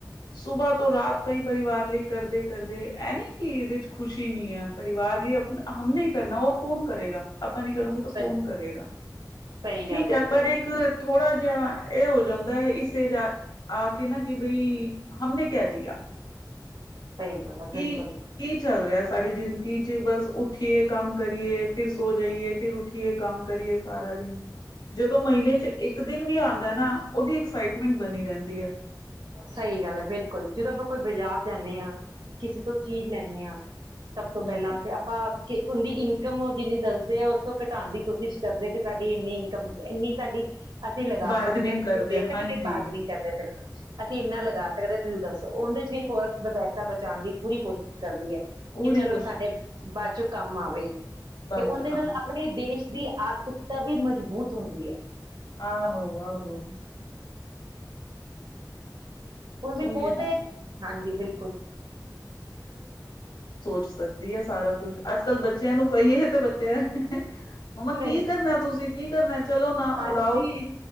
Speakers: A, on the left; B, on the right.
A: ਸੁਬਾ ਤੋਂ ਰਾਤ ਤਈ ਪਰਿਵਾਰ ਲਈ ਕਰਦੇ, ਕਰਦੇ ਐ ਨੀ ਕਿ ਐਦੇ ਚ ਖੁਸ਼ੀ ਨੀ ਐ ਪਰਿਵਾਰ ਲਈ ਅ <unintelligible> ਆਪਾਂ ਨਈ ਕਰੋਗੇ ਤੋ
B: ਸਹੀ
A: ਕੋਨ ਕਰੇਗਾ?
B: ਸਹੀ
A: ਠੀਕ
B: ਗੱਲ
A: ਐ
B: ਹੈ
A: ਪਰ
B: ਸਹੀ
A: ਇੱਕ ਥੋੜਾ ਜੇਯਾ ਏ ਹੋ ਜਾਂਦੈ ਇਸ ਏਜ ਆ ਕੇ ਨਾ ਕਿ ਬਈ ਹਮ ਨੇ ਕਿਹ ਦਿਆ
B: ਸਹੀ ਗੱਲ ਹੈ
A: ਕੀ
B: ਬਿਲਕੁਲ
A: ਕੀ ਚੱਲ ਰਿਹਾ ਸਾਡੀ ਜ਼ਿੰਦ ਚ ਬਸ ਉੱਠੀਏ ਕੰਮ ਕਰੀਏ ਫਿਰ ਸੋ ਜਾਈਏ ਫਿਰ ਉੱਠੀਏ ਕੰਮ ਕਰੀਏ ਸਾਰਾ ਦਿਨ, ਜਦੋਂ ਮਹੀਨੇ ਚ ਇੱਕ ਦਿਨ ਵੀ ਆਂਦਾ ਐ ਨਾ ਓਹਦੀ ਐਕਸਾਈਟਮੈਂਟ ਬਣੀ ਰਹਿੰਦੀ ਹੈ
B: ਸਹੀ ਗੱਲ ਐ, ਬਿਲਕੁੱਲ, ਜਦੋਂ ਆਪਾਂ ਕੋਈ ਬਾਜਾਰ ਜਾਂਨੇ ਆ ਕਿਸੇ ਤੋਂ ਚੀਜ ਲੈਂਨੇ ਆਂ ਸਭ ਤੋਂ
A: ਹਮ
B: ਪੈਲਾਂ ਤੇ ਅਪਾ ਕਿ ਉਂਦੀ ਇਨਕਮ ਓਹ ਜਿੰਨੀ ਦੱਸਦੇ ਆ ਓਸ ਤੋਂ ਘਟਾਣ ਦੀ ਕੋਸ਼ਿਸ਼ ਕਰਦੇ ਕਿ ਸਾਡੀ ਇੰਨੀ ਇਨਕਮ ਇੰਨੀ ਸਾਡੀ ਅਸੀਂ ਲਗਾ
A: ਬਾਰਗਨਿੰਗ
B: ਸਕਦੇ ਆ ਤੁਸੀਂ
A: ਕਰਦੇ
B: ਦੇ ਸਕਦੇ
A: ਹਾਂਜੀ-ਹਾਂਜੀ
B: ਬਾਰਗਨਿੰਗ ਕਰਦੇ ਫੀਰਤੋ ਅਸੀਂ ਏੱਨਾ ਲਗਾ ਸਕਦੇ ਤੁਸੀਂ ਦੱਸੋ ਓੰਹਦੇ ਚ ਵੀ ਇਕ ਓਰਤ ਪੈਸਾ ਬਚਾਉਣ ਦੀ ਪੂਰੀ ਕੋਸ਼ਿਸ਼ ਕਰਦੀ ਐ
A: ਪੂਰੀ
B: ਕਿ ਚਲੋ
A: ਕੋਸ਼ਿਸ਼
B: ਸਾਡੇ ਬਾਚੋ <unintelligible> ਕੰਮ ਆਵੇ
A: ਬਾਅਦ
B: ਤੇ ਓੰਦੇ
A: ਚ ਕੰਮ
B: ਨਾਲ
A: ਆ
B: ਆਪਣੇ
A: ਜਾਏਗਾ।
B: ਦੇਸ਼ ਦੀ ਆਰਕੁੱਟਾ ਭੀ ਮਜਬੂਤ ਹੁੰਦੀ ਆ
A: ਆਹੋ-ਆਹੋ।
B: ਹੋਰ ਵੀ
A: ਉਹੀ
B: ਬਹੋਤ
A: ਹੈ ਨਾ।
B: ਏ ਹਾਂਜੀ ਬਿਲ <unintelligible>
A: ਪੁੱਛ ਸਕਦੀ ਏ ਸਾਰਾ, ਕੁੱਛ ਅੱਜ ਕੱਲ੍ਹ ਬੱਚਿਆਂ ਨੂੰ ਕਹੀਏ ਤੇ ਬੱਚੈ ਮੰਮਾ
B: ਨਹੀਂ
A: ਕੀ ਕਰਨੈ ਤੁਸੀਂ ਕੀ ਕਰਨੈ ਚਲੋ ਨਾ
B: ਹਾਂਜੀ
A: ਉੜਾਓ